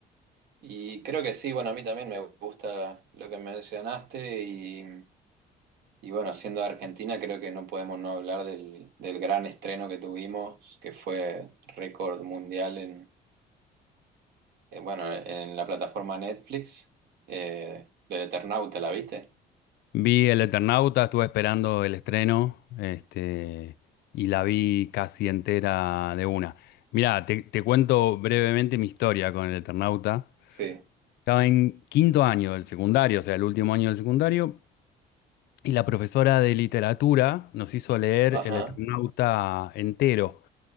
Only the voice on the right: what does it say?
Y creo que sí, bueno, a mí también me gusta lo que mencionaste y, y bueno, siendo de Argentina creo que no podemos no hablar del, del gran estreno que tuvimos, que fue récord mundial en, eh, bueno, en la plataforma Netflix, eh, del Eternauta, ¿la viste?
Sí.
Ajá,